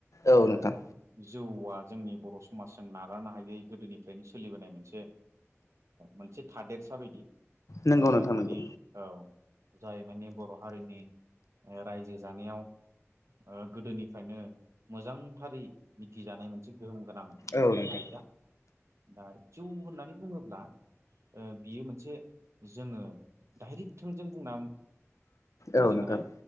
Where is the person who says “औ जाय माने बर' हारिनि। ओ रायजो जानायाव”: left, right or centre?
Right